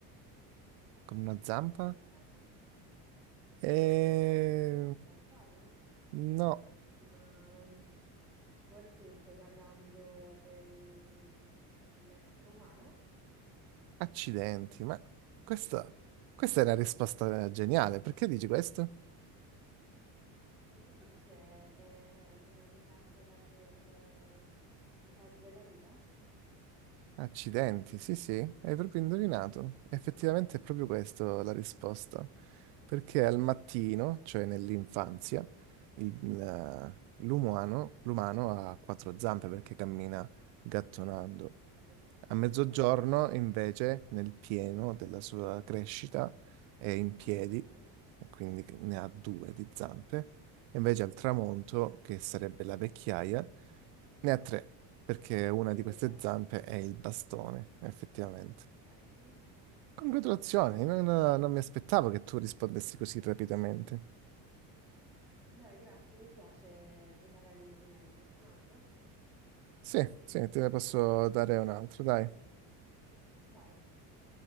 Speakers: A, on the right (about 75°); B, in the centre.
A: Con una zampa?
B: alzata,
A: E...
B: con, con una zampa alzata,
A: No,
B: ma mm, forse mi stai parlando dell'essere umano,
A: accidenti, ma questa, questa è una risposta geniale. Perché dici questo?
B: perché forse è, è una metafora per eh, le fasi della vita.
A: Accidenti, sì, sì, hai proprio indovinato. Effettivamente è proprio
B: Mm.
A: questa la risposta. Perché al mattino, cioè nell'infanzia,
B: Mm,
A: il- la- l'umano l'umano ha quattro zampe perché cammina gattonando.
B: ok,
A: A mezzogiorno,
B: certo,
A: invece, nel pieno della sua crescita, è in piedi
B: Mhm,
A: e quindi ne ha due di zampe. E invece al tramonto,
B: certo,
A: che sarebbe la vecchiaia, ne ha tre, perché una
B: perché
A: di queste
B: il bastone,
A: zampe è il bastone, effettivamente.
B: ecco.
A: Congratulazioni, non, non
B: Boh.
A: mi aspettavo che tu rispondessi così rapidamente.
B: Beh, grazie, mi piace giocare agli indovinelli, ne sei un altro?
A: Sì, sì, te ne posso dare un altro, dai.
B: Vai,